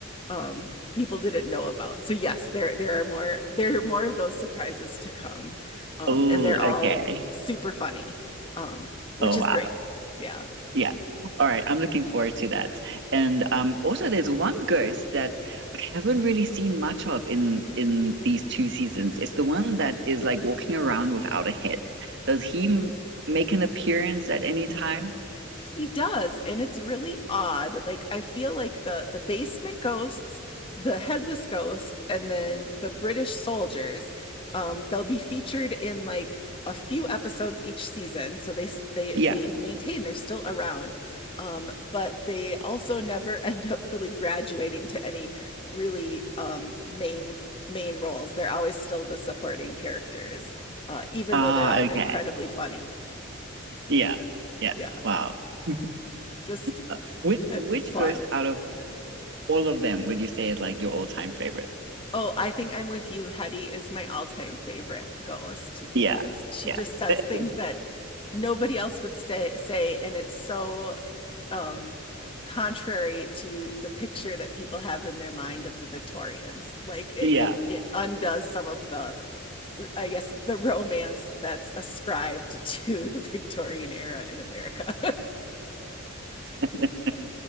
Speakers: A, on the left (about 25°); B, on the right (about 60°).
A: um, people didn't know about. So yes, there there are more there are more of those surprises to come, um,
B: Oh,
A: and they're all
B: okay.
A: super funny, um, which
B: Oh,
A: is
B: wow.
A: great. Yeah.
B: Yeah. All right. I'm looking forward to that. And um, also there's one ghost that I haven't really seen much of in in these two seasons. It's the one that is like walking around without a head. Does he m make an appearance at any time?
A: he does and it's really odd like i feel like the the basement ghosts the headless ghost and then the british soldiers um they'll be featured in like a few episodes each season so they they
B: Yeah.
A: they maintain they're still around um but they also never <laughs> end up really graduating to any really um main main roles they're always still the supporting characters uh even
B: Ah,
A: though they're all
B: okay.
A: incredibly funny
B: Yeah. Yeah.
A: yeah
B: Wow. <laughs>
A: just
B: Uh, Which which
A: uh, fun
B: ghost out of all of them would you say is like your all-time favorite?
A: Oh, I think I'm with you. Hetty is my all time favorite ghost because
B: Yeah.
A: she
B: Yeah.
A: just says things
B: <laughs>
A: that nobody else would stay, say. And it's so um, contrary to the picture that people have in their mind of the Victorians. Like it,
B: Yeah.
A: it, it undoes some of the, I guess, the romance that's ascribed <laughs> to the Victorian era in America.
B: <laughs>